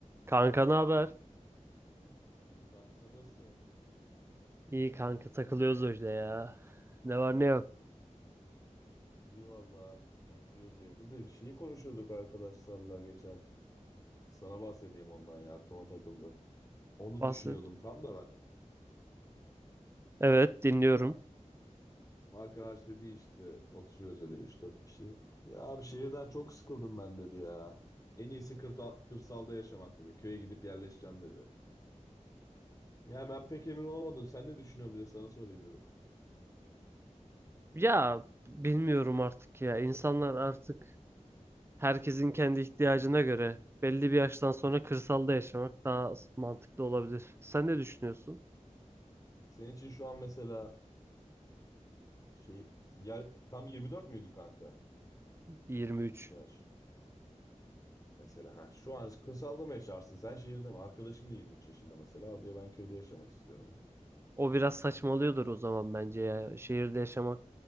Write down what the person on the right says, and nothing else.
Kanka ne haber?
İyi kanka takılıyoruz öyle ya. Ne var ne yok.
Bahset.
Evet dinliyorum.
Ya bilmiyorum artık ya. İnsanlar artık herkesin kendi ihtiyacına göre belli bir yaştan sonra kırsalda yaşamak daha mantıklı olabilir. Sen ne düşünüyorsun?
23.
O biraz saçmalıyordur o zaman bence ya. Şehirde yaşamak